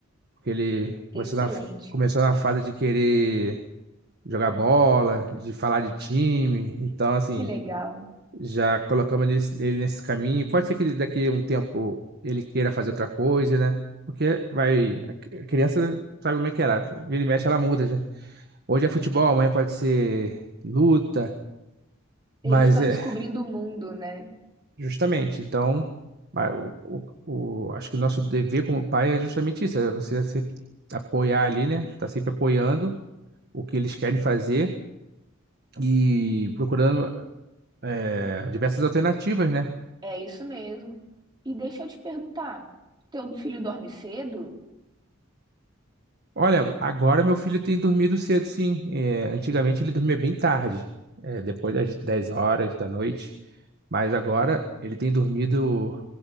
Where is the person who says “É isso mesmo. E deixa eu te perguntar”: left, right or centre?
Right